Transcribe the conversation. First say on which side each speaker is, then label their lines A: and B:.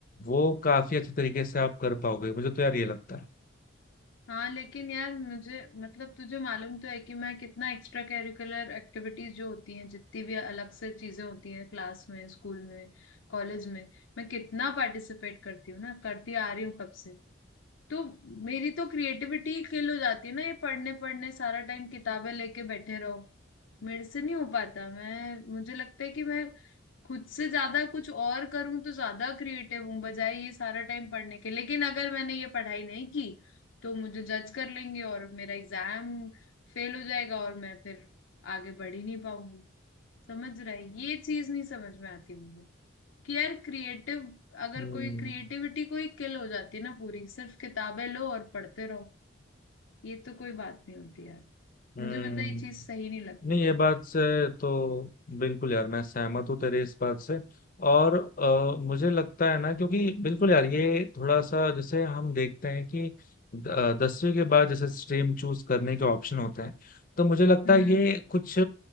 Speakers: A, on the left; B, on the left.
A: वो काफी अच्छे तरीके से आप कर पाओगे मुझे तो यार ये लगता है
B: हाँ लेकिन यार मुझे मतलब तुझे मालूम तो है कि मैं कितना एक्स्ट्रा करिकुलर एक्टिविटीज जो होती हैं जितनी भी अलग से चीजें होती हैं क्लास में स्कूल में कॉलेज में मैं कितना पार्टिसिपेट करती हूँ ना करती आ रही हूँ कब से तो मेरी तो क्रिएटिविटी किल हो जाती है ना ये पढ़ने पढ़ने सारा टाइम किताबें लेके बैठे रहो मेरे से नहीं हो पाता मैं मुझे लगता है कि मैं खुद से ज्यादा कुछ और करूं तो ज्यादा क्रिएटिव हूं बजाय ये सारा टाइम पढ़ने के लेकिन अगर मैंने ये पढ़ाई नहीं की तो मुझे जज कर लेंगे और मेरा एग्जाम फेल हो जाएगा और मैं फिर आगे बढ़ ही नहीं पाऊंगी समझ रहा है ये चीज नहीं समझ में आती मुझे कि यार क्रिएटिव अगर
A: हम्म
B: कोई क्रिएटिविटी कोई किल हो जाती है ना पूरी सिर्फ किताबें लो और पढ़ते रहो ये तो कोई बात नहीं होती यार
A: हम्म
B: मुझे मतलब ये चीज सही नहीं लगती
A: नहीं ये बात से तो बिल्कुल यार मैं सहमत हूँ तेरे इस बात से और अ, मुझे लगता है ना क्योंकि बिल्कुल यार ये थोड़ा सा जैसे हम देखते हैं कि द- अ, दसवीं के बाद जैसे स्ट्रीम चूज करने के ऑप्शन होते हैं तो मुझे लगता
B: हम्म
A: है ये कुछ